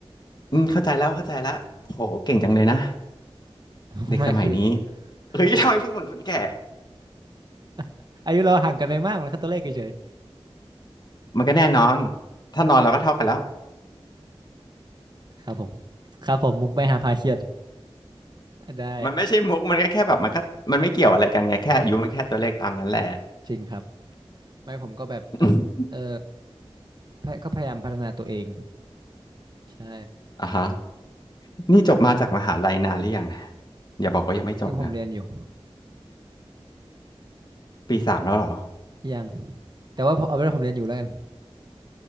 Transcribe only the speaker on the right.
<laughs>
ไม่คือ
คือผม <laughs> อายุเราห่างกันไม่มากมันแค่ตัวเลขเฉย
ๆครับผมครับผมมุกไม่หาพาเครียดได้
จริงครับไม่ผมก็แบบ
เออพะก็พยายามพัฒนาตัวเองใช่
จริงผมเรียนอยู่
ยัง แต่ว่าเอาเป็นว่าผมเรียนอยู่แล้วกัน